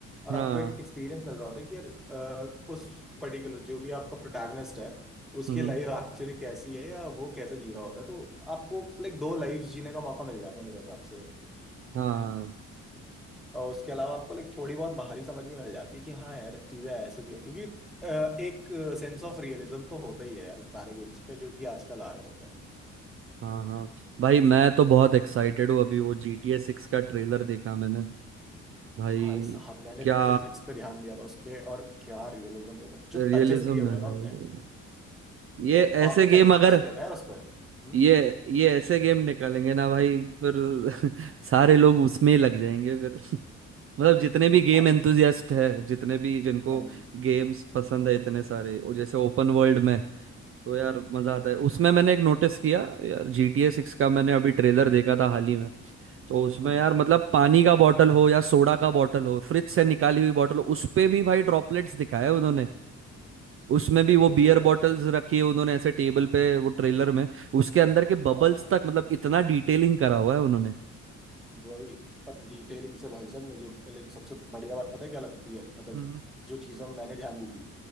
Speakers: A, in the centre; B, on the right.
A: और
B: हाँ
A: आपको एक एक्सपीरियंस मिल रहा होता है कि यार अ, उस पर्टिकुलर जो भी आपका प्रोटैगनिस्ट है उसकी
B: हम्म,
A: लाइफ एक्चुअली कैसी है या वो कैसे जी रहा होता है तो आपको लाइक दो लाइफ जीने का मौका मिल जाता है मेरे हिसाब से
B: हाँ
A: और उसके अलावा आपको लाइक थोड़ी बहुत बाहरी समझ भी मिल जाती है कि हाँ यार चीजें ऐसे भी होती है कि अ, एक सेंस ऑफ रियलिज्म तो होता ही है यार सारे गेम्स पे जो कि आजकल आ रहे होते हैं
B: हाँ हाँ भाई मैं तो बहुत एक्साइटेड हूँ अभी वो जी टी ए सिक्स का ट्रेलर देखा मैंने भाई
A: भाई साहब मैंने
B: क्या
A: फिजिक्स पे ध्यान दिया था उसके और क्या रियलिज्म पे
B: रियलिज्म
A: जो टचेस दिए हुए
B: है
A: हैं
B: भाई
A: ना उनने
B: ये
A: आपने
B: ऐसे
A: क्या
B: गेम
A: क्या नोटिस
B: अगर
A: किया था यार उस पर हम्म
B: ये ये ऐसे गेम निकालेंगे ना भाई फिर <laughs> सारे लोग उसमें ही लग जाएंगे फिर <laughs> मतलब जितने भी गेम
A: भाई
B: एंथुजियास्ट है जितने भी जिनको
A: हाँ जी
B: गेम्स पसंद है इतने सारे वो जैसे ओपन वर्ल्ड में तो यार मजा आता है उसमें मैंने एक नोटिस किया यार जी टी ए सिक्स का मैंने अभी ट्रेलर देखा था हाल ही में तो उसमें
A: हाँ जी
B: यार मतलब पानी का बॉटल हो या सोडा का बॉटल हो फ्रिज से निकाली हुई बॉटल हो उस पे भी भाई ड्रॉपलेट्स दिखाए उन्होंने उसमें भी
A: बिल्कुल
B: वो बियर
A: सही
B: बॉटल्स
A: बात है
B: रखी है उन्होंने ऐसे टेबल पे वो ट्रेलर में उसके अंदर के बबल्स
A: हाँ
B: तक मतलब इतना डिटेलिंग करा हुआ है उन्होंने
A: वही पर डिटेलिंग से भाई साहब मुझे पहले सबसे बढ़िया बात पता है क्या लगती है मतलब
B: हम्म
A: जो चीजों में मैंने ध्यान दी थी